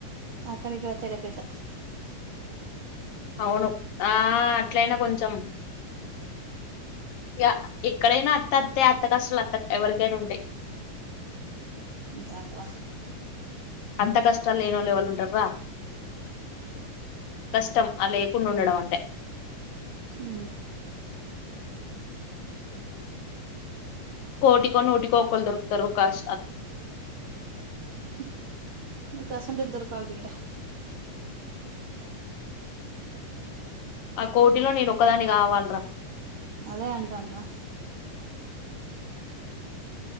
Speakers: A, on the right (about 50°); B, on the left (about 85°).
A: అక్కడి కేతేదో పెద్ద
B: అవును ఆ అట్లయినా కొంచెం య ఇక్కడైనా తత్తే అత్త కష్టలు అంత ఎవరికైనా ఉంటయ్
A: ఉంటాయంటవా
B: అంత కష్టాలు లేనోళ్లు ఎవళ్ళుంటార్రా కష్టం ఆ లేకుండుండడం అంటే
A: ఊ
B: కోటికో నూటికో ఒకళ్ళు దొరుకుతారు కాష్ అ
A: హ్ మీ కోసం దొరకాలదిరా
B: ఆ కోటిలో నేను ఒకదాని కావాలిరా
A: అదే అంటాండ్రా